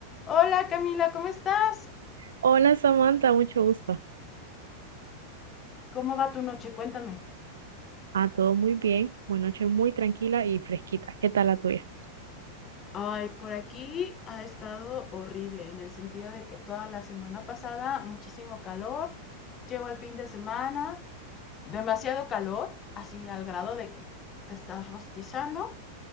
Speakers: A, on the left; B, on the right.
A: Hola Camila, ¿cómo estás?
B: Hola Samantha, mucho gusto.
A: ¿Cómo va tu noche? Cuéntame.
B: Ah, todo muy bien. Una noche muy tranquila y fresquita. ¿Qué tal la tuya?
A: Ay, por aquí ha estado horrible, en el sentido de que toda la semana pasada muchísimo calor, llegó el fin de semana, demasiado calor, así al grado de que te estás rostizando,